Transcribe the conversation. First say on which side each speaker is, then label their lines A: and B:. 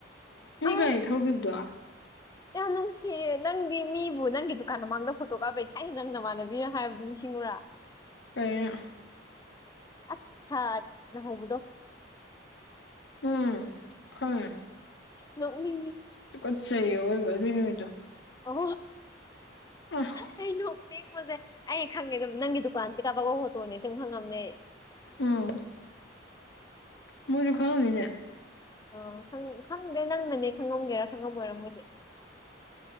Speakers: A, on the left; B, on the left.
A: ꯃꯤ
B: ꯑ
A: ꯒꯥꯔꯤ ꯊꯧꯈꯤꯕꯗꯣ
B: ꯌꯥꯝ ꯅꯨꯡꯁꯤꯌꯦ ꯅꯪꯗꯤ ꯃꯤꯕꯨ ꯅꯪꯒꯤ ꯗꯨꯀꯥꯟ ꯃꯃꯥꯡꯗ ꯐꯣꯇꯣ ꯀꯥꯞꯄꯩ ꯊꯥꯏꯅ ꯅꯪ ꯅꯃꯥꯟꯅꯕꯤꯅ ꯍꯥꯏꯕ ꯅꯤꯡꯁꯤꯡꯉꯨꯔꯥ <inaudible>
A: ꯀꯩꯅꯣ
B: ꯑꯁ ꯊꯅ ꯍꯧꯕꯗꯣ
A: ꯎꯝ ꯈꯉꯦ
B: ꯅꯣꯛꯅꯤꯡꯉꯦ
A: ꯇꯨꯀꯠꯆꯩꯌꯦ ꯑꯑꯣꯏꯕ ꯑꯗꯨꯏ ꯅꯨꯃꯤꯠꯇꯣ
B: ꯑꯣ
A: ꯑ <inaudible>
B: ꯑꯩꯩ ꯅꯣꯛꯅꯤꯡꯕꯖꯦ ꯑꯩ ꯈꯪꯉꯦ ꯑꯗꯨꯝ ꯅꯪꯒꯤ ꯗꯨꯀꯥꯟꯗꯩ ꯀꯥꯞꯄꯛꯄ ꯐꯣꯇꯣꯅꯦ ꯁꯨꯝ ꯈꯪꯉꯝꯅꯦ
A: ꯎꯝ ꯃꯣꯏꯁꯨ ꯈꯪꯉꯝꯅꯤꯅꯦ
B: ꯑ ꯈꯪ ꯈꯪꯗꯦ ꯅꯪꯅꯅꯦ ꯈꯪꯉꯝꯒꯦꯔꯥ ꯈꯪꯉꯝꯃꯣꯏꯔ ꯃꯣꯏꯗꯤ